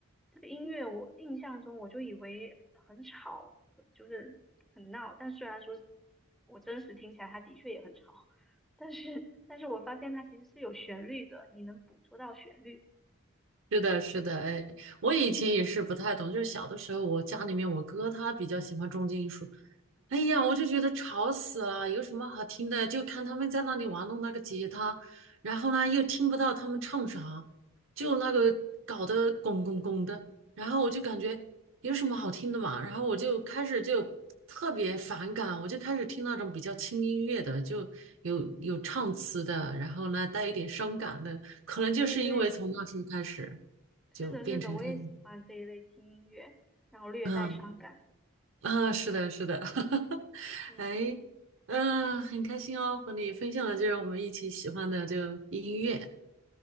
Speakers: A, in the centre; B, on the right (about 65°).
A: 这个音乐我印象中我就以为很吵，就是很闹，但虽然说我真实听起来它的确也很吵，但是但是我发现它其实是有旋律的，你能捕捉到旋律。
B: 是的，是的，哎，我以前也是不太懂，就是小的时候，我家里面我哥他比较喜欢重金属，哎呀，我就觉得吵死了，有什么好听的？就看他们在那里玩弄那个吉他，然后呢又听不到他们唱啥，就那个搞得拱拱拱的，然后我就感觉有什么好听的嘛，然后我就开始就特别反感，我就开始听那种比较轻音乐的，就有有唱词的，然后呢带一点伤感的，可能就是因为从那时候开始
A: 哎，对，是的，
B: 就变成这样，
A: 是的，我也喜欢这一类轻音乐，然后略带伤感的。
B: 嗯啊，是的，是的，<laughs>
A: 嗯
B: 哎，嗯、很开心哦，和你分享的就是我们一起喜欢的这个音乐。